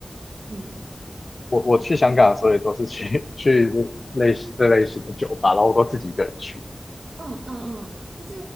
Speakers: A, on the right; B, on the left.
A: 嗯。
B: 我我去香港的时候也都是去 <laughs> 去类似这类型的酒吧，然后我都自己一个人去。
A: 嗯嗯嗯，就是